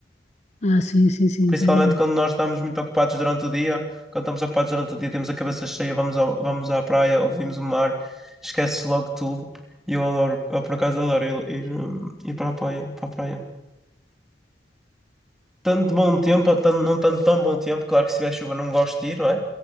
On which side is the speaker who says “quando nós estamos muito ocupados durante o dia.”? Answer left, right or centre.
Centre